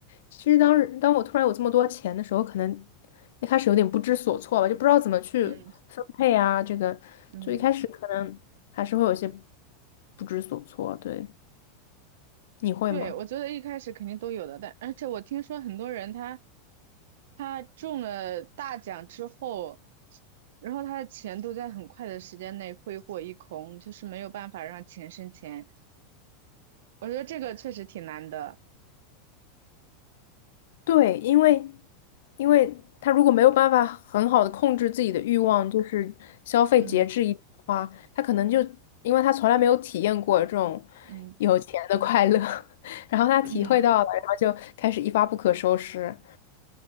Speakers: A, on the left; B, on the right.
A: 其实当时当我突然有这么多钱的时候，可能一开始有点不知所措吧，就不知道怎么去分配啊，
B: 嗯
A: 这个就一开始可能还是会有些
B: 嗯，
A: 不知所措。对，你会吗？
B: 对，我觉得一开始肯定都有的，但而且我听说很多人他他中了大奖之后，然后他的钱都在很快的时间内挥霍一空，就是没有办法让钱生钱。我觉得这个确实挺难的。
A: 对，因为因为他如果没有办法很好的控制自己的欲望，就是消费节制一点的话，
B: 嗯
A: 他可能就因为他从来没有体验过这种
B: 嗯
A: 有钱的快乐，<laughs> 然后他体会到了，
B: 嗯，
A: 然后就开始一发不可收拾，